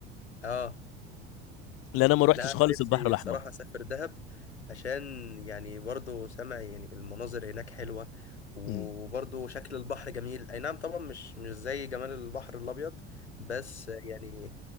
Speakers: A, on the left; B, on the left.
A: اه
B: لأن أنا ما روحتش
A: لا أنا
B: خالص
A: نفسي
B: البحر الأحمر
A: بصراحة أسافر دهب عشان يعني برضو سامع يعني المناظر هناك حلوة وبرضو
B: امم
A: شكل البحر جميل أي نعم طبعا مش مش زي جمال البحر الأبيض بس يعني